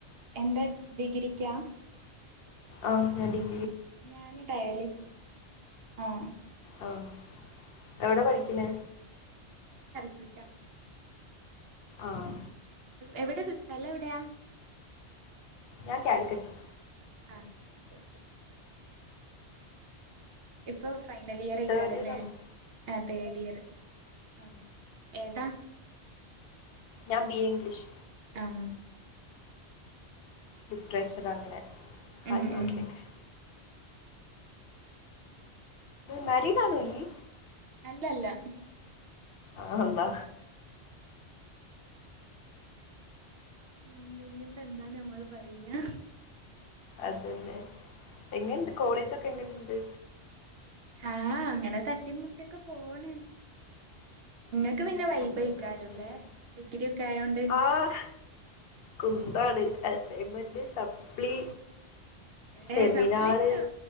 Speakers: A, on the right (about 65°); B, on the left (about 65°).
A: എന്താ ഡിഗ്രി ക്ക
B: ഒ <unintelligible>
A: ഞാന് ഡയാലിസിസ് ആഹ
B: ആഹ എവിടെ പഠിക്കണേ
A: പച്ച
B: ആഹ
A: എവിടെയ സ്ഥല എവിടെയാ
B: ഞാൻ കാലിക്കറ്റ്‌.
A: ആഹ കോ കോടി ക്കെ ഇപ്പൊ ഫൈനൽ ഇയർ ആയിക്കാരല്ലേ
B: തേർഡ് ഇയർ ആണ്
A: ആ തേർഡ് ഇയർ ആ ഏതാ
B: ഞാൻ ബി എ ഇംഗ്ലീഷ്.
A: ആഹ
B: ലിറ്ററേച്ചർ അങ്ങനെ
A: ഉം
B: അരു
A: ഉം
B: അത്തക്ക് മാരീഡ് ആണോ ഇയ്യ്
A: അല്ല അല്ല മം
B: ആ അല്ലാ
A: ഉ ഇനിപ്പ എന്താ നമ്മള് പറയാ
B: അതന്നെ എങ്ങനുണ്ട്, കോളേജൊക്കെ എങ്ങനുണ്ട്
A: ആഹ് അങ്ങനെ തട്ടിമുട്ടിയൊക്കെ പോണ്.
B: ഉം,
A: ക്ക് പിന്നെ വൈബായികവുലെ
B: നമ്മളത് അങ്ങനെ തന്നെ
A: ഡിഗ്രി ഒക്കെ ആയോണ്ട്
B: ആ കുന്താണ് അസൈൻമെന്റ് സപ്ലി
A: ഏഹ്
B: സെമിനാർ
A: സപ്ലൈണ്ടോ